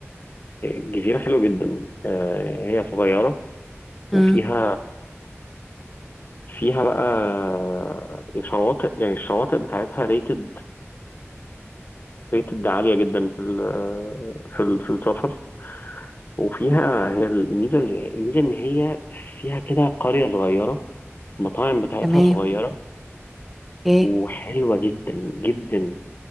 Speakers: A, on the left; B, in the centre.
A: جزيره حلوه جدا آه، هي صغيره وفيها
B: امم
A: فيها بقى آه، شواطئ يعني الشواطئ بتاعتها ريتد ريتد عالية جدا في ال آه، في ال في السفر وفيها هي الميزه الميزه ان هي فيها كده قريه صغيره المطاعم بتاعتها
B: تمام
A: صغيره
B: ايه
A: وحلوه جدا جدا